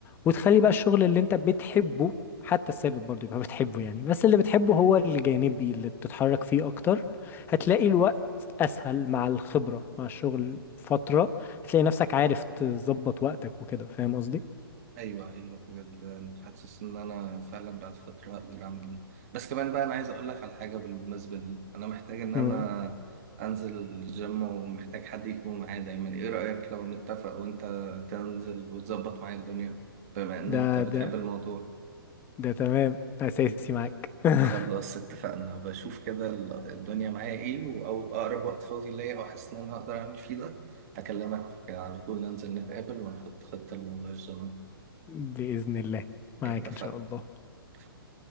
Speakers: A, on the left; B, on the right.
A: وتخلي بقى الشغل اللي انت بتحبه حتى الثابت برضه يبقى بتحبه يعني بس اللي بتحبه هو الجانبي اللي بتتحرك فيه اكتر هتلاقي الوقت اسهل مع الخبرة مع الشغل فترة هتلاقي نفسك عارف تظبط وقتك وكده فاهم قصدي؟
B: ايوه ايوه بجد حاسس ان انا فعلا بعد فتره اقدر اعمل ده بس كمان بقى انا عايز اقول لك على حاجه بالمناسبه دي انا محتاج ان انا
A: إنه
B: انزل الجيم ومحتاج حد يكون معايا دايما ايه رايك لو نتفق وانت تنزل وتظبط معايا الدنيا بما ان
A: ده
B: انت بتحب
A: ده
B: الموضوع
A: ده تمام أساسي معاك <laughs>
B: خلاص اتفقنا بشوف كده ال- الدنيا معايا ايه و- او اقرب وقت فاضي ليا او حاسس ان انا هقدر اعمل فيه ده هكلمك على طول ننزل نتقابل ونحط خطه لموضوع الجيم
A: بإذن الله معاك
B: اتفقنا
A: إن شاء الله
B: اتفقنا.